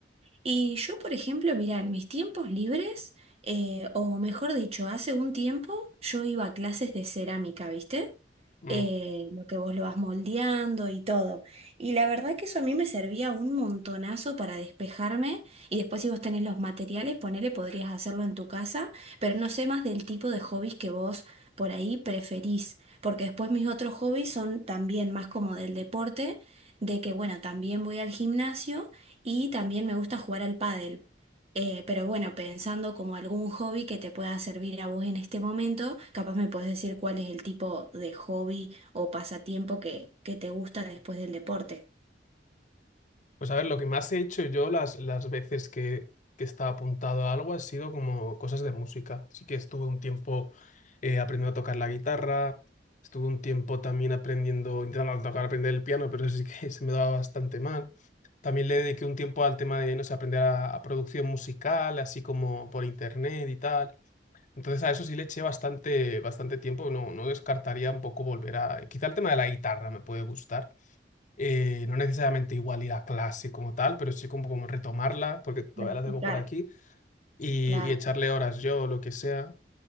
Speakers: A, on the right; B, on the left.
A: Y yo, por ejemplo, mirá, en mis tiempos libres, eh, o mejor dicho, hace un tiempo yo iba a clases de cerámica, ¿viste?
B: Mm,
A: eh, lo que vos lo vas moldeando y todo. Y la verdad que eso a mí me servía un montonazo para despejarme y después si vos tenés los materiales, ponele, podrías hacerlo en tu casa, pero no sé más del tipo de hobbies que vos por ahí preferís, porque después mis otros hobbies son también más como del deporte, de que bueno, también voy al gimnasio y también me gusta jugar al pádel. Eh, pero bueno, pensando como algún hobby que te pueda servir a vos en este momento, capaz me podés decir cuál es el tipo de hobby o pasatiempo que, que te gusta después del deporte.
B: Pues a ver, lo que más he hecho yo las, las veces que, que estaba apuntado a algo ha sido como cosas de música. Sí que estuve un tiempo eh, aprendiendo a tocar la guitarra, estuve un tiempo también aprendiendo, intentando tocar, aprender el piano, pero sí que <laughs> se me daba bastante mal. También le dediqué un tiempo al tema de, no sé, aprender a, a producción musical, así como por internet y tal. Entonces a eso sí le eché bastante, bastante tiempo, no, no descartaría un poco volver a... Quizá el tema de la guitarra me puede gustar eh, no necesariamente igual ir a clase como tal, pero sí como, como retomarla, porque todavía
A: Practicar,
B: la tengo por aquí, y,
A: claro,
B: y echarle horas yo, o lo que sea.